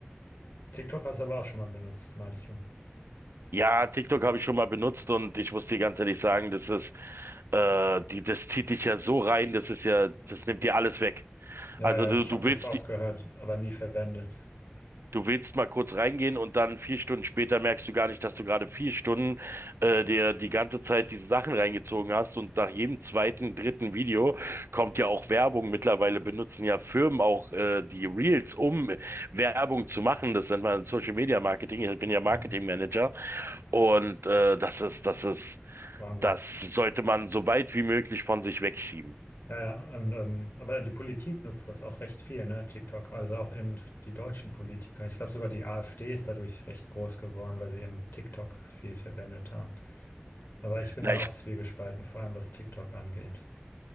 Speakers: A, on the left (about 60°); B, on the right (about 80°).
A: TikTok hast du aber auch schon mal benutzt, meinst du?
B: Ja, TikTok
A: Mhm.
B: habe ich schon mal benutzt und ich muss dir ganz ehrlich sagen, das ist, äh, die, das zieht dich ja so rein, das ist ja, das nimmt dir alles weg.
A: Ja,
B: Also
A: ja,
B: du,
A: ich
B: du
A: habe das
B: willst,
A: auch
B: die-
A: gehört, aber nie verwendet.
B: du willst mal kurz reingehen und dann vier Stunden später merkst du gar nicht, dass du gerade vier Stunden äh, dir die ganze Zeit diese Sachen reingezogen hast und nach jedem zweiten, dritten Video kommt ja auch Werbung. Mittlerweile benutzen ja Firmen auch äh, die Reels, um Werbung zu machen. Das nennt man Social Media Marketing. Ich bin ja Marketing
A: Mhm.
B: Manager und äh, das ist, das ist
A: Wahnsinn.
B: das sollte man so weit wie möglich von sich wegschieben.
A: Ja, ja. Und, ähm, aber die Politik nutzt das auch recht viel, ne? TikTok. Also auch eben die deutschen Politiker. Ich glaube sogar die AfD ist dadurch recht groß geworden, weil sie eben TikTok viel verwendet haben. Aber ich bin
B: Na,
A: da
B: ich,
A: auch zwiegespalten, vor allem was TikTok angeht.